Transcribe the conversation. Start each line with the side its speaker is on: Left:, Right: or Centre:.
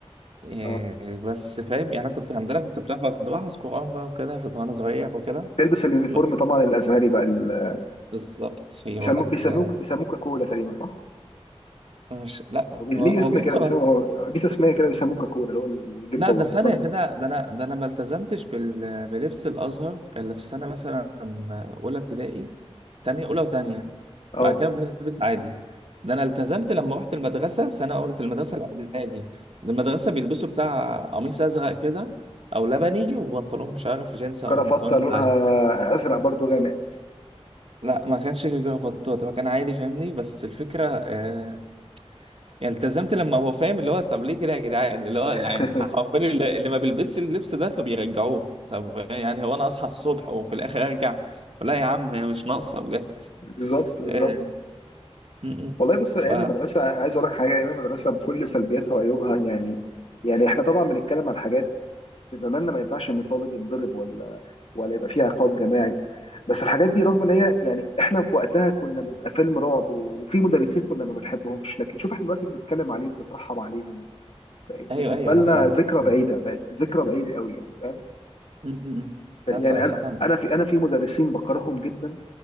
Right: إيه
Left: اه
Right: بس فاهم يعني انا كنت الحمد لله كنت بتعرف كنت بحفظ قران بقى وكده في- وانا صغير وكده
Left: تلبس اليونيفورم
Right: بس
Left: طبعا الازهري بقى ال-
Right: بالظبط هي
Left: بيسمو-
Right: هو ده
Left: بيسموك
Right: لا
Left: بيسموك كولا تقريبا صح؟
Right: مش لا
Left: أو بي-
Right: هو
Left: ليه
Right: هو
Left: اسم
Right: بص
Left: كده بيسموه
Right: هو
Left: دي تسميه كده بيسموك كولا اللي هو الجبه
Right: لا ده
Left: والقطن
Right: ثانية كده ده أنا ده أنا ما التزمتش بال... بلبس الأزهر إلا في السنة مثلا أولى ابتدائي تانية أولى وتانية
Left: اه
Right: بعد كده بنلبس عادي ده أنا التزمت لما رحت المدرسة سنة أولى في المدرسة الإعدادي المدرسة بيلبسوا بتاع قميص أزرق كده أو لبني وبنطلون مش عارف جينز
Left: وكرافته
Right: أو البنطلون
Left: لونها
Right: العادي
Left: ازرق برضو غامق
Right: لا ما كانش جرافطات هو كان عادي فاهمني بس الفكرة آه، يعني التزمت لما هو فاهم اللي هو طب ليه كده يا جدعان اللي هو يعني
Left: <laughs>
Right: حرفيا اللي اللي ما بيلبسش اللبس ده فبيرجعوه طب يعني هو انا اصحى الصبح وفي الاخر ارجع لا يا عم هي مش ناقصه بجد
Left: بالظبط بالظبط
Right: آه، م- م.
Left: والله بص ايام
Right: ف
Left: المدرسه عايز اقول لك حاجه ايام المدرسه بكل سلبياتها وعيوبها يعني يعني احنا طبعا بنتكلم عن حاجات في زماننا ما ينفعش ان طالب ينضرب ولا ولا يبقى فيها عقاب جماعي بس الحاجات دي رغم ان هي يعني احنا في وقتها كنا بيبقى فيلم رعب و- وفي مدرسين كنا ما بنحبهمش لكن شوف احنا دلوقتي بنتكلم عليهم بنترحم عليهم بقت بالنسبه
Right: ايوه ايوه
Left: لنا
Right: لا صراحه
Left: ذكرى
Right: م-
Left: بعيده بقت ذكرى بعيده قوي يعني فاهم
Right: م.
Left: ف- يعني
Right: لا صراحه
Left: انا انا في انا في مدرسين بكرههم جدا